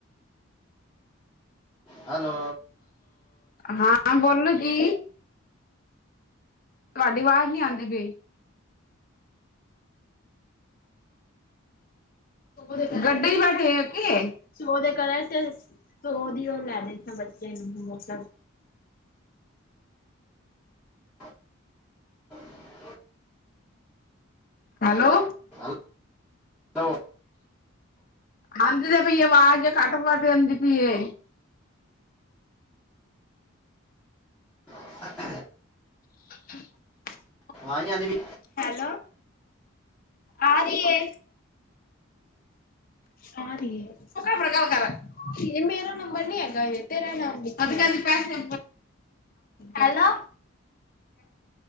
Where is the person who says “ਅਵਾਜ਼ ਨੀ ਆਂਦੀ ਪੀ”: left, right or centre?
Centre